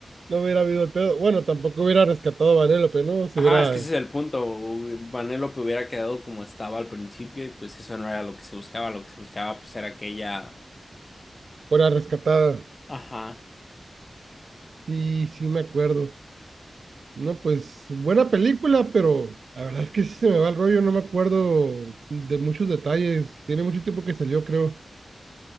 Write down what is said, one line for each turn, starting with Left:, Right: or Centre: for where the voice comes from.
Right: no hubiera habido el pedo. Bueno, tampoco hubiera rescatado a Vanellope, ¿no? Si
Left: Ajá,
Right: hubiera,
Left: es que ese es el punto. Hu- Vanellope hubiera quedado como estaba al principio y pues eso no era lo que se buscaba. Lo que se buscaba pues era aquella...
Right: fuera rescatada.
Left: Ajá.
Right: Sí, sí me acuerdo. No, pues buena película, pero la verdad es que sí se me va el rollo, no me acuerdo de muchos detalles. Tiene mucho tiempo que salió, creo.